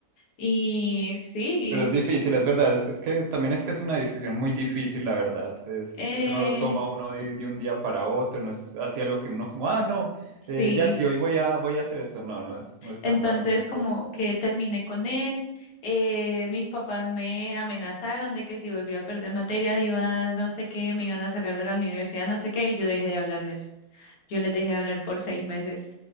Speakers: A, on the left (about 85°); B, on the right (about 65°).
A: Y sí,
B: pero es
A: y,
B: difícil, es verdad. Es, es que también es que es una decisión muy difícil, la verdad. Es,
A: eh,
B: eso no lo toma uno de, de un día para otro, no es así algo que uno como, ah, no,
A: sí.
B: eh, ya sí, hoy voy a, voy a hacer esto. No, no es, no es
A: Entonces
B: tan fácil, te entiendo.
A: como que terminé con él. Eh, mis papás me amenazaron de que si volvía a perder materia iba, no sé qué, me iban a sacar de la universidad, no sé qué, y yo dejé de hablarles. Yo les dejé de hablar por seis meses.